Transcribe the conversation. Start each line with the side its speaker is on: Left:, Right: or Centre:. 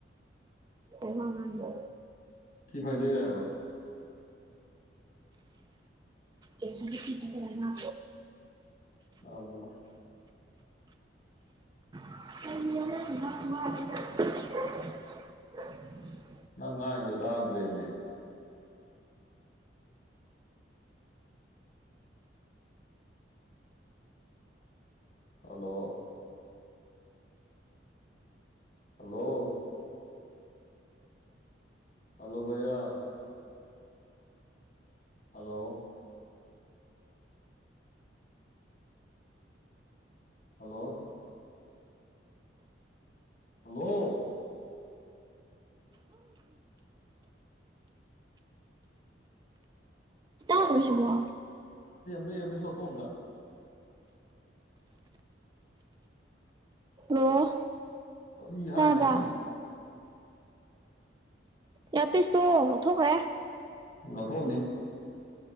Right: ꯇ ꯍꯉ
Left: ꯁꯤꯤ ꯐꯥꯏꯗꯣꯏꯔꯕ
Right: ꯑꯦꯤꯠꯇꯔꯃ
Left: ꯑꯃ
Right: <unintelligible>
Left: ꯅꯪ ꯉꯥꯏꯗ ꯇꯥꯗ꯭ꯔꯦꯃꯦ ꯍꯜꯂꯣ ꯍꯜꯂꯣ ꯍꯜꯂꯣ ꯩꯌꯥ ꯍꯜꯂꯣ ꯍꯜꯂꯣ ꯍꯜꯂꯣ
Right: ꯁꯤꯀꯣ
Left: ꯃꯤꯁꯨ ꯂꯧꯊꯣꯛꯑꯝꯗ
Right: ꯑꯣꯣ
Left: ꯀꯔꯤ ꯍꯥꯏꯅꯣ
Right: ꯇꯥꯕ
Left: ꯈꯪꯗꯦ
Right: ꯌꯥ ꯄꯤꯁꯇꯣ ꯂꯧꯊꯣꯛꯈ꯭ꯔꯦ
Left: ꯎ ꯂꯧꯊꯣꯛꯎꯅꯦ